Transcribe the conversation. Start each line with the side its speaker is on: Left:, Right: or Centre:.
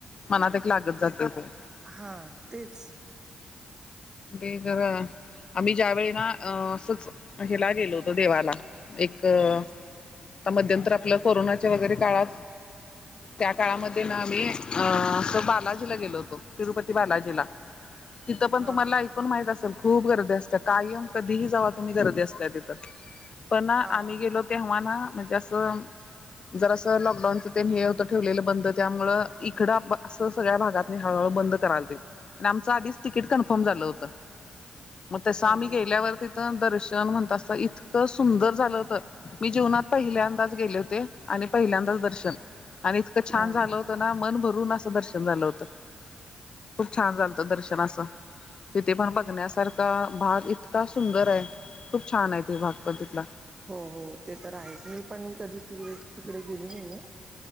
Left: मनात एक लागत जातंय ते.
Right: हा तेच.
Left: ते जरा आम्ही ज्या वेळी ना. अ असच हेला गेलो होतो देवाला एक. आता मध्यंतर आपलं कोरोनाच्या वगैरे काळात त्या
Right: हां
Left: काळामध्ये
Right: हां.
Left: ना आम्ही. अ असं बालाजीला गेलो होतो, तिरुपती बालाजीला तिथं पण
Right: हां
Left: तुम्हाला.
Right: हां.
Left: पण माहित असेल खूप गर्दी असते. कायम कधीही जावा तुम्ही गर्दी असत्या तिथं. पण आम्ही
Right: हां हां.
Left: गेलो तेव्हा ना म्हणजे असं. जरासं लॉकडाऊनच ते हे होतं ठेवलेलं बंद त्यामुळं इकडं आ.. असं. तर सगळ्या भागातनी हळूहळू बंद करालतीत आमचा आधीच तिकीट कन्फर्म. ठम झालं होतं मग, तसं
Right: हं
Left: आम्ही
Right: हं.
Left: गेल्यावर तिथं. तीत दर्शन म्हणतासा इतकं सुंदर झालं होत. मी जीवनात पहिल्यांदाच गेले होते. आणि पहिल्यांदाच दर्शन आणि इतकं छान
Right: हां.
Left: झालं. तो ना मन भरून असं दर्शन झालं होतं, खूप छान झालत दर्शन असं. तिथे पण बघण्यासारखा भाग इतका सुंदर आहे. खूप छान आहे त भाग पण तिथला.
Right: हो हो ते तर आहे. मी पण कधी त तिकडे गेली नाहीे ये.